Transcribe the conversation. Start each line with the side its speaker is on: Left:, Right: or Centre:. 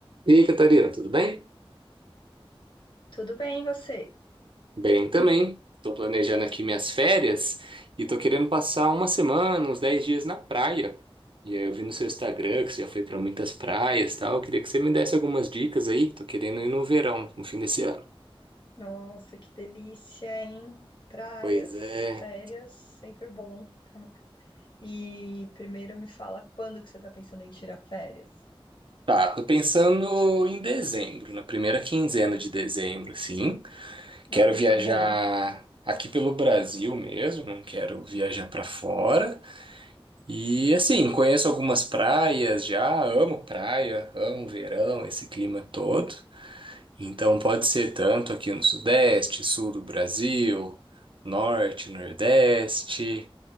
Right: E aí, Catarina, tudo bem?
Left: Tudo bem, e você?
Right: Bem também. Estou planejando aqui minhas férias e estou querendo passar uma semana, uns 10 dias na praia. E aí eu vi no seu Instagram que você já foi para muitas praias e tal. Eu queria que você me desse algumas dicas aí. Estou querendo ir no verão, no fim desse ano.
Left: Nossa, que delícia, hein? Praias,
Right: Pois é.
Left: férias, sempre bom. E primeiro me fala quando que você tá pensando em tirar férias?
Right: Tá, tô pensando em dezembro, na primeira quinzena de dezembro, assim.
Left: Ah,
Right: Quero
Left: época
Right: viajar
Left: boa.
Right: aqui pelo Brasil mesmo, não quero viajar para fora. E assim, conheço algumas praias já, amo praia, amo verão, esse clima todo. Então pode ser tanto aqui no Sudeste, Sul do Brasil, Norte, Nordeste.